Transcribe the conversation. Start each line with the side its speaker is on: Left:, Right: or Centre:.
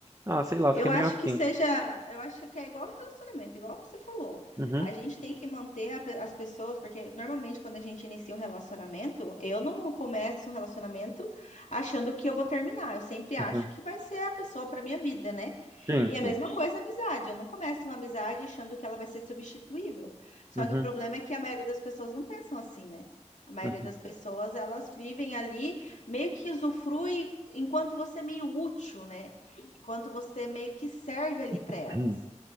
Right: ah, sei lá,
Left: Eu
Right: fica meio
Left: acho
Right: assim.
Left: que seja, eu acho que é igual relacionamento, igual você falou.
Right: Uhum,
Left: A gente tem que manter a pe- as pessoas, porque normalmente quando a gente inicia um relacionamento, eu não começo um relacionamento achando que eu vou terminar. Eu sempre acho
Right: uhum,
Left: que vai ser a pessoa para minha vida, né?
Right: sim,
Left: E a
Right: sim,
Left: mesma Sim. coisa a amizade. Eu não começo uma amizade achando que ela vai ser substituível. Só
Right: uhum,
Left: que o problema é que a maioria das pessoas não pensam assim, né? A maioria
Right: uhum.
Left: das pessoas, elas vivem ali, meio que usufrui enquanto você é meio útil, né? enquanto você meio que serve ali para
Right: <clears throat>
Left: elas.